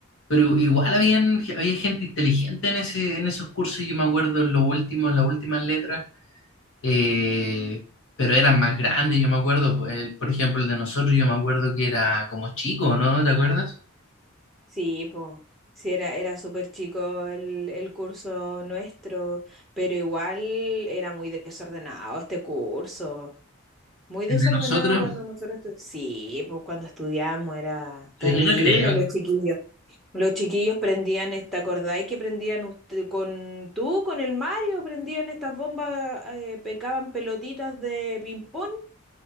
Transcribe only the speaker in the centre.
Sí, pues. Sí, era, era súper chico el, el curso nuestro, pero igual era muy desordenado este curso. Muy
desordenado
cuando nosotros estudiamos. Sí, pues cuando estudiamos era
terrible
los chiquillos. Los chiquillos prendían esta, ¿acordáis que prendían usted, con tú, con el Mario, prendían estas bombas, eh, pecaban pelotitas de ping-pong